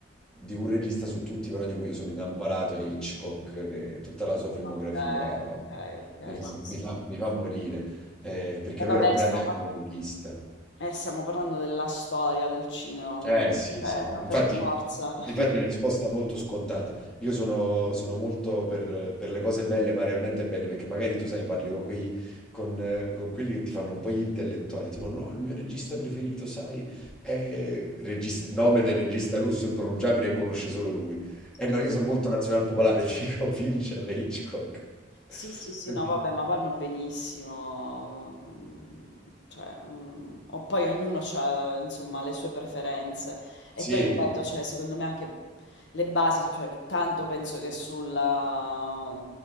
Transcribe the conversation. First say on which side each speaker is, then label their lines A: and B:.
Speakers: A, in the centre; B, on the left.
A: di un regista su tutti, però di cui io sono innamorato, è Hitchcock, che tutta la sua filmografia
B: Ok,
A: ma
B: ok, ok,
A: mi fa,
B: sì, sì.
A: mi fa- mi fa morire, eh, perché
B: E vabbè,
A: lui era un grande
B: sta un
A: avanguardista.
B: po'. Eh, stiamo parlando della storia del cinema,
A: Eh
B: quindi,
A: sì,
B: cioè,
A: sì, infatti,
B: per forza. <laughs>
A: infatti è una risposta molto scontata. Io sono, sono molto per, per le cose belle, ma realmente belle, perché magari tu sai, parli con quei, con, eh, con quelli che ti fanno un po' gli intellettuali, tipo no, il mio regista preferito, sai, è regista, nome del regista russo impronunciabile e conosce solo lui. E
B: Sì.
A: no, io sono molto nazional popolare, <laughs> ti dico Fincher e Hitchcock.
B: Sì, sì, sì,
A: Perché?
B: no, vabbè, ma vanno benissimo. mm, Cioè, mm, o poi ognuno ha, insomma, le sue preferenze.
A: Sì,
B: E poi, ripeto, cioè, secondo me anche le basi, cioè, tanto penso che sulla,